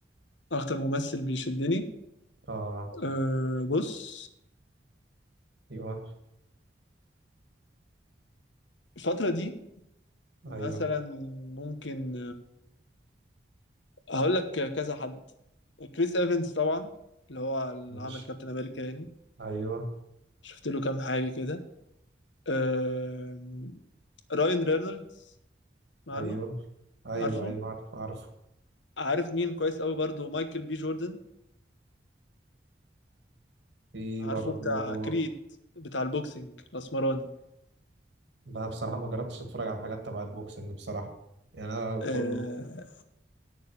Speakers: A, on the left; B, on the right.
A: اكتر ممثل بيشدني
B: اه
A: أه بص
B: ايوه
A: الفترة دي
B: ايوه
A: مثلا ممكن آه، هقول لك كذا حد كريس ايفنز طبعا اللي هو اللي
B: ماشي
A: عامل كابتن امريكا يعني
B: ايوه
A: شفت له كام حاجة كده أه راين رينولدز اسمع
B: ايوه
A: عنه
B: ايوه
A: عارفه
B: ايوه عارف عارف
A: عارف مين كويس قوي برضو مايكل بي جوردن
B: في
A: عارفه
B: برضو
A: بتاع كريد بتاع البوكسينج الاسمراني
B: بقى بصراحة ما جربتش اتفرج على حاجات تبع البوكسنج بصراحة يعني انا كله
A: آه،